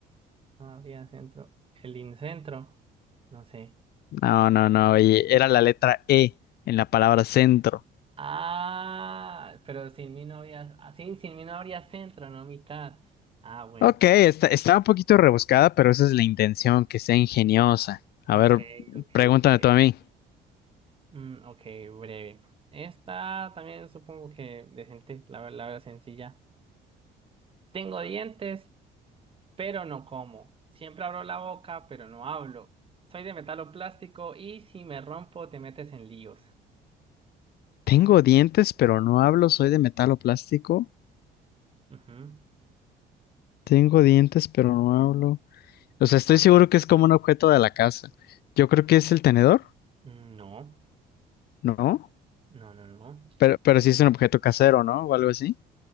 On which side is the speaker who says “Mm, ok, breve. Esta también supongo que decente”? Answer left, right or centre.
Right